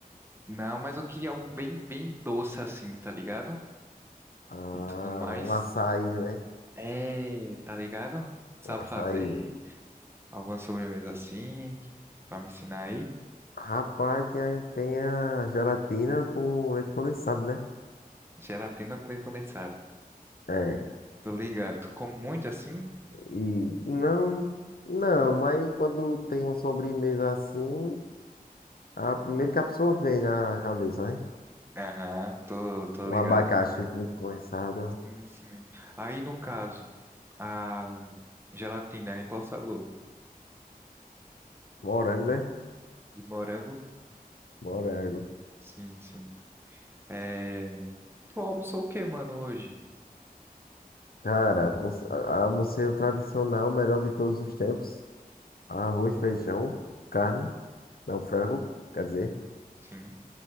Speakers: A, on the right; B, on the left.
A: Não, mas eu queria algo bem, bem doce assim, tá ligado?
B: Ah,
A: E tudo mais.
B: um açaí, né?
A: É, tá ligado? Sabe
B: Um açaí.
A: fazer alguma sobremesa assim pra me ensinar aí?
B: Rapaz, tem a, tem a gelatina com leite condensado, né?
A: Gelatina com leite condensado.
B: É.
A: Tô ligado. Tu come muito assim?
B: E não, não, mas quando tem uma sobremesa assim, a primeira que a pessoa vem na cabeça, né?
A: Aham, tô, tô
B: Um
A: ligado.
B: abacaxi com leite condensado.
A: Sim, sim. Aí no caso, a gelatina é qual sabor?
B: Morango, né?
A: De morango?
B: Morango.
A: Sim, sim. É... Tu almoçou o que, mano, hoje?
B: Cara, cons- a- almocei o tradicional, melhor de todos os tempos. Arroz, feijão, carne, não, frango, quer dizer,
A: Sim.